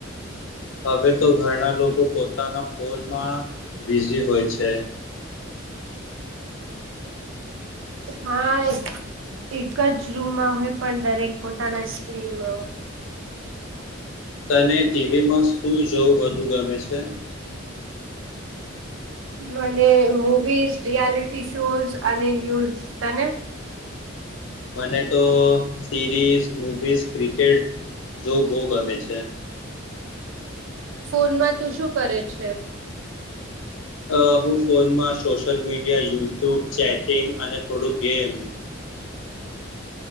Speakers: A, on the left; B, on the right.
A: હવે તો ઘરના લોકો પોતાના ફોનમાં બિઝી હોય છે.
B: હા, એક જ રૂમમાં હોય, પણ દરેક પોતાના સ્ક્રીન નો
A: તને ટીવીમાં શું જોવું વધુ ગમે છે?
B: મને મુવીઝ, રિયાલિટી શોઝ અને ન્યૂઝ. તને?
A: મને તો સિરીઝ, મવીઝ, ક્રિકેટ જોવું બહુ ગમે છે.
B: ફોનમાં તું શું કરે છે?
A: અ હું ફોનમાં સોશિયલ મીડિયા, યુટ્યુબ, ચેટિંગ અને થોડું ગેમ